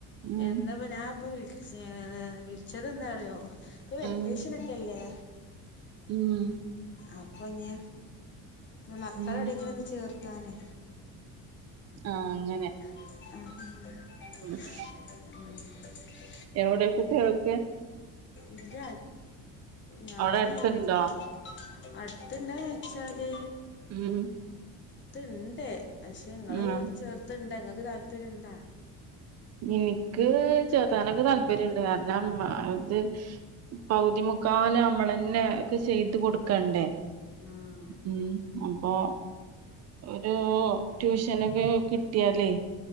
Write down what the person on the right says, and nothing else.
ഉം
ഉം
ഉം
ഉം
ആഹ അങ്ങനെ
ആ
എവിടെ ടീച്ചറെ ഒരുത്തിയെ
അവിടെ അടുത്തുണ്ടോ
ഉം
ഉം
എനിക്ക് ചേർത്താനൊക്കെ താല്പര്യമുണ്ട് കാരണം ഇത് പകുതി മുക്കാലും നമ്മള് തന്നെ ഒക്കെ ചെയ്ത് കൊടുക്കണ്ടേ
ഉം അപ്പൊ ഒരു ട്യൂഷനൊക്കെ കിട്ടിയാലേ